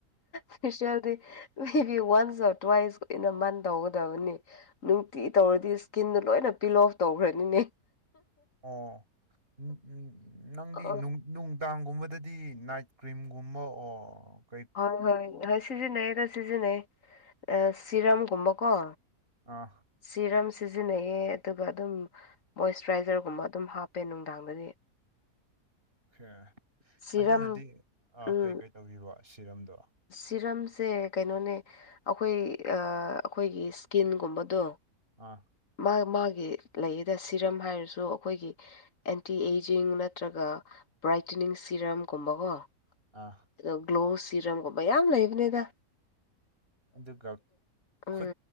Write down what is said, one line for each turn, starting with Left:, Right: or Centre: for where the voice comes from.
Left: ꯐꯦꯁꯤꯌꯦꯜꯗꯤ ꯃꯦ ꯕꯤ ꯋꯥꯟꯁ ꯑꯣꯔ ꯇꯨꯋꯥꯏꯁ ꯏꯟ ꯑꯦ ꯃꯟ ꯇꯧꯒꯗꯕꯅꯤ ꯅꯨꯡꯇꯤ ꯇꯧꯔꯗꯤ ꯏꯁ꯭ꯀꯤꯟꯗꯣ ꯂꯣꯏꯅ ꯄꯤꯜ ꯑꯣꯐ ꯇꯧꯈ꯭ꯔꯅꯤꯅꯦ
Right: ꯑꯣ ꯎꯝ ꯎꯝ ꯅꯪꯗꯤ
Left: ꯑ
Right: ꯅꯨꯡ ꯅꯨꯡꯗꯥꯡꯒꯨꯝꯕꯗꯗꯤ ꯅꯥꯏꯠ ꯀ꯭ꯔꯤꯝꯒꯨꯝꯕ ꯑꯣꯔ
Left: ꯍꯣꯏ ꯍꯣꯏ ꯍꯣꯏ ꯁꯤꯖꯤꯟꯅꯩꯌꯦꯗꯥ ꯁꯤꯖꯤꯟꯅꯩ ꯑ ꯁꯤꯔꯝꯒꯨꯝꯕꯀꯣ
Right: ꯑꯥ
Left: ꯁꯤꯔꯝ ꯁꯤꯖꯤꯟꯅꯩꯌꯦ ꯑꯗꯨꯒ ꯑꯗꯨꯝ ꯃꯣꯏꯆꯔꯥꯏꯖꯔꯒꯨꯝꯕ ꯑꯗꯨꯝ ꯍꯥꯞꯄꯦ ꯅꯨꯡꯗꯥꯡꯗꯗꯤ
Right: ꯑꯣꯀꯦ
Left: ꯁꯤꯔꯝ
Right: ꯑꯗꯨꯅꯗꯤ ꯑ
Left: ꯎꯝ
Right: ꯀꯩ ꯀꯩ ꯇꯧꯒꯤꯕ ꯁꯤꯔꯝꯗꯣ
Left: ꯁꯤꯔꯝꯁꯦ ꯀꯩꯅꯣꯅꯦ ꯑꯩꯈꯣꯏ ꯑ ꯑꯩꯈꯣꯏꯒꯤ ꯁ꯭ꯀꯤꯟꯒꯨꯝꯕꯗꯣ
Right: ꯑꯥ
Left: ꯃꯥ ꯃꯥꯒꯤ ꯂꯩꯗ ꯁꯤꯔꯝ ꯍꯥꯏꯔꯁꯨ ꯑꯩꯈꯣꯏꯒꯤ ꯑꯦꯟꯇꯤ ꯑꯦꯖꯤꯡ ꯅꯠꯇ꯭ꯔꯒ ꯕ꯭ꯔꯥꯏꯇꯅꯤꯡ ꯁꯤꯔꯝꯒꯨꯝꯕꯀꯣ
Right: ꯑꯥ
Left: ꯑꯗꯣ ꯒ꯭ꯂꯣ ꯁꯤꯔꯝꯒꯨꯝꯕ ꯌꯥꯝ ꯂꯩꯕꯅꯦꯗ
Right: ꯑꯗꯨꯒ
Left: ꯎꯝ
Right: ꯈꯨꯠ